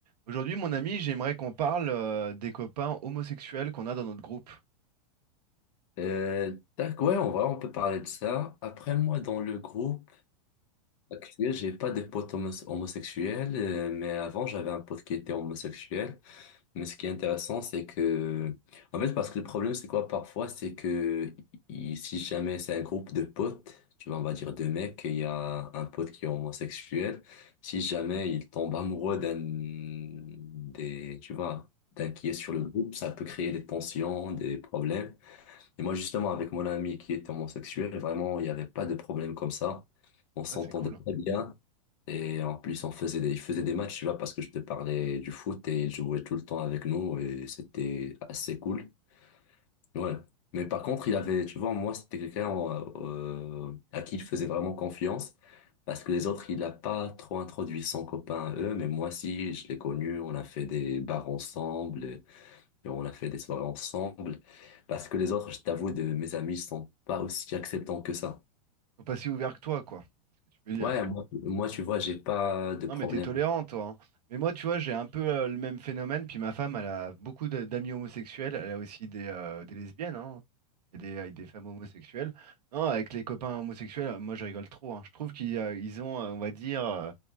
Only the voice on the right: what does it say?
Aujourd'hui, mon ami, j'aimerais qu'on parle euh, des copains homosexuels qu'on a dans notre groupe.
Ah, c'est cool.
Ils
sont pas si ouverts que toi, quoi. C'est ce que tu veux dire.
Non,
mais t'es tolérant, toi. hein. Mais moi, tu vois, j'ai un peu euh, le même phénomène. Puis ma femme, elle a beaucoup de- d'amis homosexuels. Elle a aussi des, euh, des lesbiennes, hein, et des, et des femmes homosexuelles. Non, avec les copains homosexuels, moi, je rigole trop. hein. Je trouve qu'ils euh, ils ont, euh, on va dire, euh,